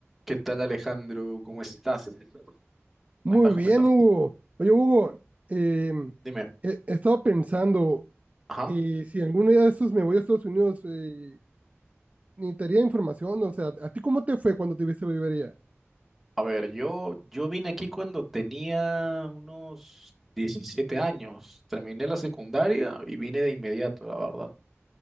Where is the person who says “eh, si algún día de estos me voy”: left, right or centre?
Right